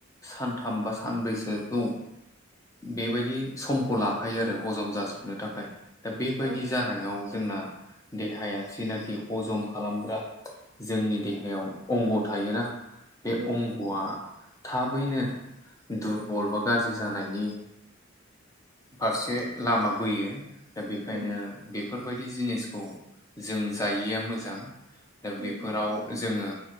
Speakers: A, on the left; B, on the right.
A: सानथाम बा सानब्रैसोखौ बेबायदि समखौ ला थाखायो आरो हजम जाजोबनो थाखाय दा बेबायदि
B: औ
A: जानायाव जोंना देहाया जिनाखि हजम खालामग्रा जोंनि देहायाव अंग थायोना बे
B: उम
A: अंगआ थाबैनो दुरबल बा गाज्रि जानायनि फारसे लामा बोयो दा बेखायनो
B: उम
A: बेफोरबायदि जिनिसखौ जों जायिया मोजां दा
B: उम
A: बेफोराव जोङो